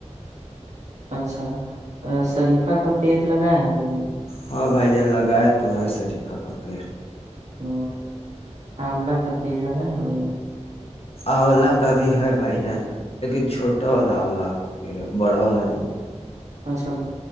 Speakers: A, on the right; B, on the left.
A: اچھا ا شریفہ کا پییر لگا ہے ہو جان
B: ہاں بھائی جان لگائے تو ہے شریفا کا پیڑ
A: ا آملہ کا پیڑ لگا ہے بھائی جان
B: اولہ کا بھی ہے بھائی جان لیکن چھوٹا والا اولہ کا پھر ہے بڑا والا نہیں
A: اچھا